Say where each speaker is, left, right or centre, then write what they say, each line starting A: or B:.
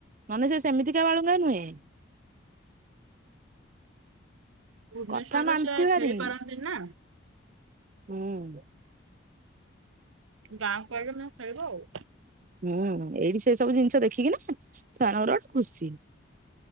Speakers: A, on the right (about 40°); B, on the right (about 85°).
A: ମାନେ ସେ ସେମିତିକା ବାଳୁଙ୍ଗା ନୁହେଁ।
B: ଭୁବନେଶ୍ୱର
A: କଥା ମାନନ୍ତି
B: ସେ
A: ଭାରି
B: ଖେଳିପାରନ୍ତିନି ନା।
A: ହୁଁ।
B: ଗାଁ କୁ ଆଗ ନା ଖେଳିବ ଆଉ
A: ହୁଁ ଏଇଠି ସେ ସବୁ ଜିନିଷ ଦେଖିକି ନା ସେମାନଙ୍କର ଗୋଟେ ଖୁସି <inaudible>